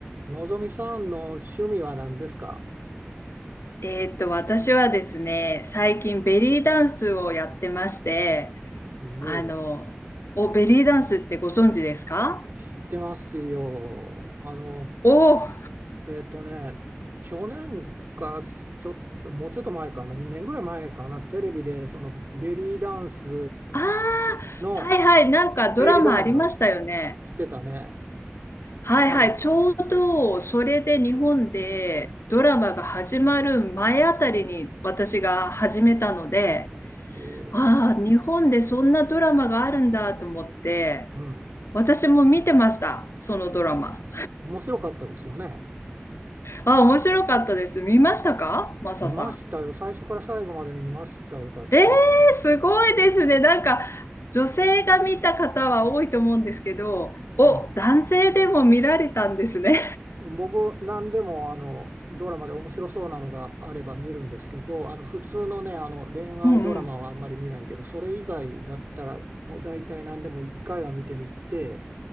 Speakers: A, on the right; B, on the left.
A: のぞみさんの趣味は何ですか
B: えーっと、私はですね、最近ベリーダンスをやってまして、
A: おお、
B: あの、お、ベリーダンスってご存知ですか
A: 知ってますよ。あの、
B: おー、
A: えっとね、去年か、ちょっと、もうちょっと前かな、2年ぐらい前かな、テレビで、そのベリーダンス
B: あー、
A: の
B: はいはい、なんかドラマありましたよね。
A: テレビドラマがしてたね。
B: はいはい、
A: なの、
B: ちょうどそれで日本でドラマが始まる前あたりに私が始めたので、
A: えー
B: ああ、日本でそんなドラマがあるんだと思って、
A: うん、
B: 私も見てました、そのドラマ。
A: 面白かったですよね。
B: ああ、面白かったです。見ましたかマサさん。
A: 見ましたよ。最初から最後まで見ましたよ、確か。
B: ええすごいですね。なんか、女性が見た方は多いと思うんですけど、お、
A: うん。
B: 男性でも見られたんですね。
A: 僕、何でもあのドラマで面白そうなのがあれば見るんですけど、あの普通のね、あの恋愛ドラマはあんまり見ないけど、
B: うんうん。
A: それ以外だったら、もう大体何でも1回は見てみて、